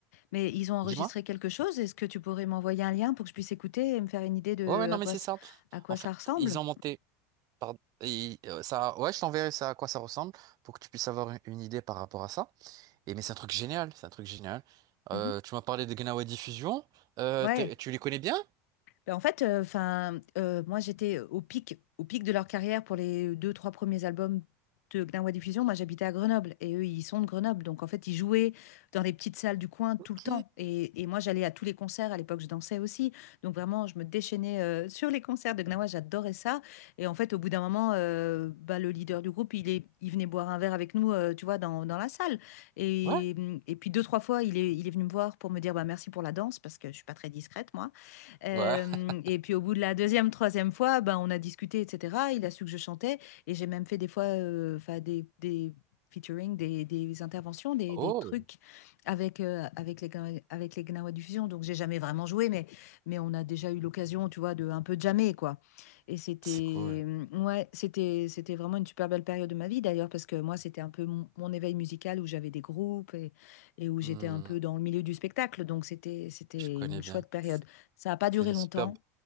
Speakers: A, on the left (about 80°); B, on the right (about 50°).
A: mais ils ont enregistré
B: dis-moi.
A: quelque chose. Est-ce que tu pourrais m'envoyer un lien pour que je puisse écouter et me faire une idée de
B: Ouais, ouais, non,
A: à
B: mais
A: quoi,
B: c'est
A: s-
B: ça.
A: à quoi
B: En fait,
A: ça ressemble?
B: ils ont monté. Pardon. Et, euh, ça, ouais, je t'enverrai ça à quoi ça ressemble pour que tu puisses avoir une une idée par rapport à ça. Et mais c'est un truc génial, c'est un truc génial. Euh,
A: Mhm, mhm.
B: tu m'as parlé de Gnawa Diffusion. Euh,
A: Ouais.
B: t'es- tu les connais bien?
A: Ben, en fait, euh, enfin, euh, moi j'étais euh, au pic, au pic de leur carrière pour les deux, trois premiers albums de Gnawa Diffusion. Moi j'habitais à Grenoble et eux ils sont de Grenoble. Donc en fait ils jouaient dans les petites salles du coin tout
B: Ok.
A: le temps. Et, et moi j'allais à tous les concerts. À l'époque je dansais aussi. Donc vraiment je me déchaînais euh, sur les concerts de Gnawa. J'adorais ça. Et en fait au bout d'un moment, euh, bah, le leader du groupe il est, il venait boire un verre avec nous, euh, tu vois, dans, dans la salle. Et,
B: Ouais.
A: et puis deux, trois fois il est, il est venu me voir pour me dire bah, merci pour la danse parce que je suis pas très discrète moi. Hem
B: Ouais. <laughs>
A: et puis au bout de la deuxième, troisième fois, ben, on a discuté et cetera. Il a su que je chantais et j'ai même fait des fois, heu, enfin des des featuring, des des interventions, des
B: Oh,
A: des trucs avec, heu, avec les Gnawa avec les Gnawa Diffusion. Donc j'ai jamais vraiment joué, mais mais on a déjà eu l'occasion, tu vois, de un peu jammer, quoi et c'était,
B: c'est cool.
A: mmh, ouais, c'était c'était vraiment une super belle période de ma vie d'ailleurs parce que moi, c'était un peu mon mon éveil musical où j'avais des groupes et et où
B: Hmm,
A: j'étais un peu dans le milieu du spectacle. Donc c'était c'était
B: je connais
A: une
B: bien.
A: chouette période. Ça n'a pas
B: C'est
A: duré
B: une
A: longtemps.
B: super